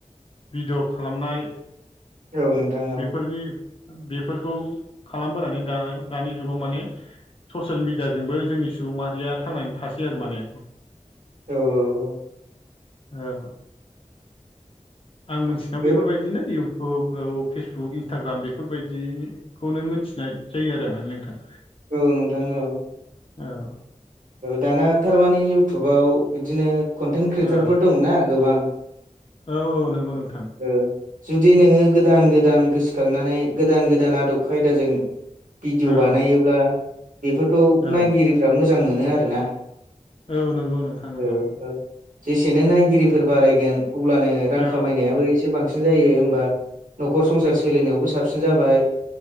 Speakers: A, on the left; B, on the right.
A: भिडिय खालामनाय
B: औ नोंथां औ
A: बेफोरनि बेफोरखौ खालामबोनानै दा दानि जुगाव माने ससियेल मिडियाजोंबो जोंनि सुबुं माहारिया थांनानै थासै आरो माने
B: औ औ औ
A: औ आं मिथिनायाव बेफोरबायदिनो
B: बे
A: इउटुब औ फेसबुक इन्सटाग्राम बेफोरबायदि खौनो मिथिनाय जायो आरो माने नोंथां
B: औ नोंथां औ
A: औ
B: दाना थारमानि इयउटुबाव बिदिनो कन्टेन्ट क्रियेटारफोर
A: औ
B: दंना गोबां
A: औ औ नंगौ नोंथां
B: औ जुदि नोङो गोदान गोदान गोसोखांनानै गोदान गोदान आदब खायदाजों भिडिअ
A: औ
B: बानायोब्ला बेफोरखौ
A: औ
B: नायगिरिफ्रा मोजां मोनो आरोना
A: औ नंगौ नोंथां नंगौ
B: औ औ जेसेनो नायगिरिफोर बारायगोन अब्लानो रां
A: औ
B: खामायनायाबो एसे एसे बांसिन जायो होमबा नखर संसार सोलिनायावबो साबसिन जाबाय